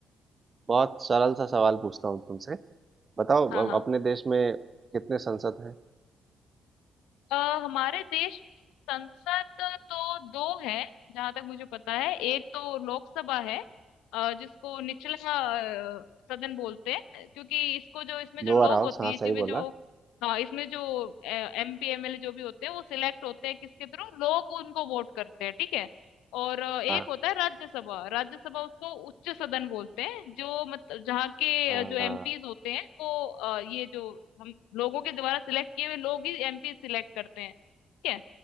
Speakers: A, on the right; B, on the left.
A: बहुत सरल सा सवाल पूछता हूँ तुमसे बताओ
B: हाँ हाँ
A: अब अपने देश में कितने सांसद हैं
B: अ, हमारे देश में संसद तो दो है जहां तक मुझे पता है एक तो लोकसभा है अ, जिसको निचला अ, सदन बोलते हैं क्योंकि इसको जो इसमें जो
A: लोअर
B: लोग
A: हाउस
B: होती
A: हाँ
B: है जिसमें
A: सही बोला
B: जो हाँ इसमें जो एमपी एमएलए जो भी होते हैं वो सिलेक्ट होते हैं किसके थ्रू लोग उनको वोट करते हैं ठीक है और अ, एक
A: हाँ
B: होता है राज्यसभा राज्यसभा उसको उच्च सदन बोलते हैं जो मतलब जहाँ के
A: हाँ
B: अ, जो एमपीज होते हैं वो अ, ये जो हम लोगों के द्वारा सिलेक्ट किए हुए लोग ही एमपी सिलेक्ट करते हैं ठीक है